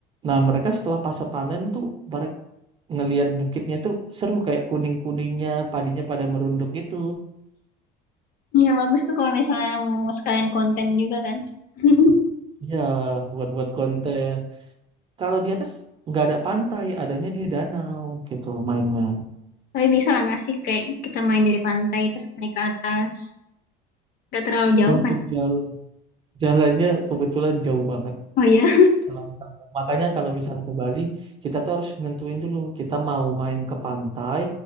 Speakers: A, on the right; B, on the left.
A: Nah, mereka setelah pasca panen tuh mereka ngelihat bukitnya tuh seru kayak kuning-kuningnya, padinya pada merunduk gitu.
B: Iya bagus tuh kalau misalnya mau sekalian konten juga kan <laughs>
A: Ya, buat-buat konten. Kalau di atas nggak ada pantai, adanya dia danau gitu mainnya.
B: Tapi bisa lah nggak sih kayak kita main dari pantai terus naik ke atas. Gak terlalu jauh
A: Untuk
B: kan?
A: jalan Jalannya kebetulan jauh banget.
B: Oh iya.
A: Kalau misalnya, makanya kalau misalnya ke Bali, kita tuh harus nentuin dulu kita mau main ke pantai